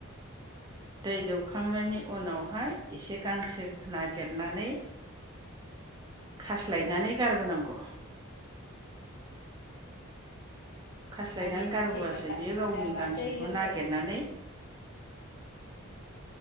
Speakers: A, on the right; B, on the left.
A: दै
B: अ
A: दौखांनायनि उनावहाय एसे गांसो नागिरनानै खास्लायनानै गारबोनांगौ। खास्लायनानै
B: माने
A: गारबोबासो
B: जे मानसिया
A: बियो
B: ओंखाम
A: गावनि
B: जायाबा
A: गांसोखौ
B: दै लोङो
A: नागिरनानै